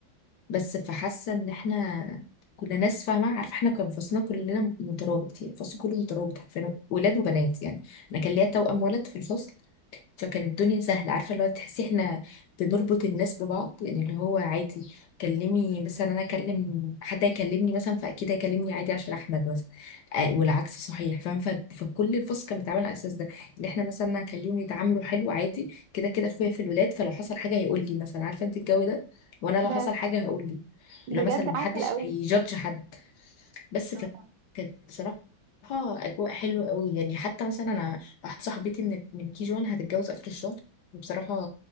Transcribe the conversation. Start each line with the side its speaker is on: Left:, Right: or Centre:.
Left: بس فحاسه ان احنا كنا ناس فاهمه عارفه احنا كان فصلنا كلنا مترابط يعني الفصل كله مترابط عارفين ولاد وبنات يعني انا كان ليا توأم ولد في الفصل فكانت الدنيا سهلة عارفة اللي هو تحسي احنا بنربط الناس ببعض يعني اللي هو عادي كلمي مثلا انا اكلم حد يكلمني مثلا فاكيد هيكلمني عادي عشان احمد مثلا آه والعكس صحيح فاهم ف- فكل الفصل كان بيتعامل على الاساس ده ان احنا مثلا هنخليهم يتعاملوا حلو عادي كده كده اخويا في الولاد فلو حصل حاجة هيقول لي مثلا عارفة انت الجو ده وانا لو
Right: ده
Left: حصل حاجة هقول لي
Right: بجد
Left: اللي هو مثلا محدش
Right: عسل قوي
Left: هيجادج حد بس
Right: اه
Left: ف- كانت بصراحة أجواء حلوة قوي يعني حتى مثلا أنا واحدة صاحبتي من من كي جوان هتتجوز آخر الشهر بصراحة